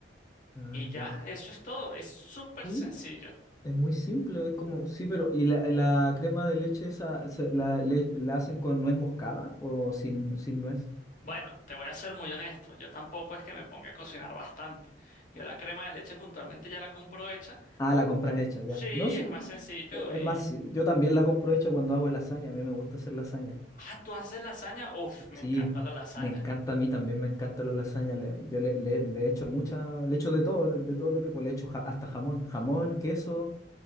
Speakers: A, on the left (about 20°); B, on the left (about 45°).
A: Ah,
B: Y ya,
A: qué...
B: eso es todo, es súper
A: Sí,
B: sencillo.
A: es muy simple, es como... Sí, pero... ¿Y la, la crema de leche esa se- la, le- la hacen con nuez moscada o sin, sin nuez?
B: Bueno, te voy a ser muy honesto, yo tampoco es que me ponga a cocinar bastante. Yo la crema de leche puntualmente ya la compro hecha.
A: Ah, la compras hecha, ya.
B: Sí,
A: No, sí.
B: es más
A: bu-
B: sencillo
A: e- Es
B: y...
A: más, sí, yo también la compro hecha cuando hago lasaña, a mí me gusta hacer lasaña.
B: Ah, ¿tú haces lasaña? Uf, me
A: Sí,
B: encanta la lasaña.
A: me encanta, a mí también me encanta la lasaña. le- yo le, le, le echo mucha... Le echo de todo, de todo lo que... Pues le echo ja- hasta jamón, jamón, queso.